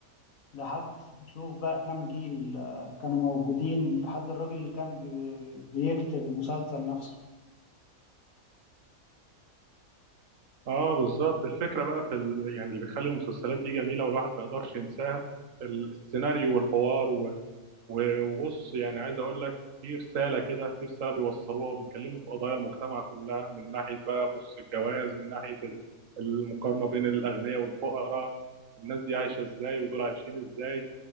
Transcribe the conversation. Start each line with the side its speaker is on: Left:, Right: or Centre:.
Left: لحد شوف بقى كام جيل آه، كانوا موجودين لحد الراجل اللي كان بي- بيكتب المسلسل نفسه
Right: اه بالظبط الفكره بقى في ال... يعني اللي بيخلي المسلسلات دي جميله والواحد ما يقدرش ينساها ال- السيناريو والحوار و... و- وبص يعني عايز اقول لك في رساله كده في رساله بيوصلوها وبيتكلموا في قضايا المجتمع كلها من ناحيه بقى بص الجواز من ناحيه ال- المقارنه بين الاغنياء والفقراء الناس دي عايشه ازاي ودول عايشين ازاي